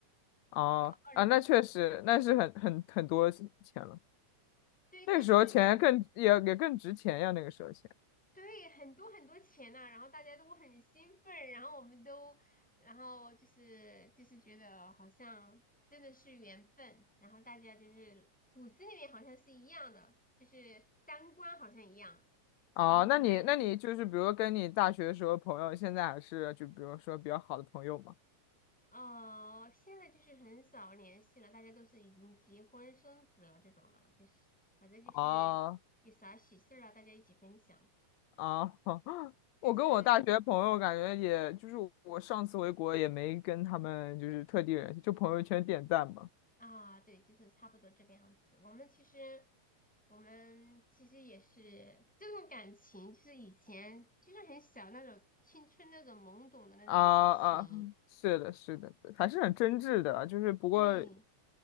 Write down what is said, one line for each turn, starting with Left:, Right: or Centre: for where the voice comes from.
Left: 哦啊，
Centre: 二零零九年
Left: 那确实，那是很很很多钱了。
Centre: 对对对那个。
Left: 那个时候钱更也也更值钱呀，那个时候钱。
Centre: 对，很多很多钱呐、然后大家都很兴奋，然后我们都，然后就是就是觉得好像真的是缘分，然后大家就是骨子里面好像是一样的，就是三观好像一样。
Left: 哦，
Centre: 然后我们
Left: 那你那你就是比如跟你大学的时候的朋友，现在还是就比如说比较好的朋友嘛。
Centre: 哦、呃现在就是很少联系了，大家都是已经结婚生子了这种了，就是反正就是有啥喜事儿啊，
Left: 哦
Centre: 大家一起分享。
Left: 啊，<laughs>
Centre: 但是
Left: 我跟我大学朋友感觉也，就是我上次回国也没跟他们就是特地联系，就朋友圈点赞吧。
Centre: 啊，对，就是差不多这个样子。我们其实，我们其实也是这种感情，就是以前就是很小那种青春那种懵懂的那种友情。
Left: 啊啊，是的，是的，还是很真挚的，就是不过
Centre: 对，